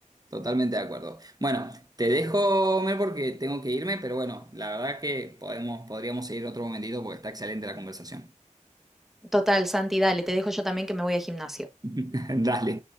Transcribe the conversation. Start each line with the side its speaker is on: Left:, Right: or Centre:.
Right: Totalmente de acuerdo. Bueno, te dejo, Mer, porque tengo que irme, pero bueno, la verdad que podemos, podríamos seguir otro momentito porque está excelente la conversación.
Centre: Total, Santi, dale, te dejo yo también que me voy al gimnasio.
Right: <laughs> Dale.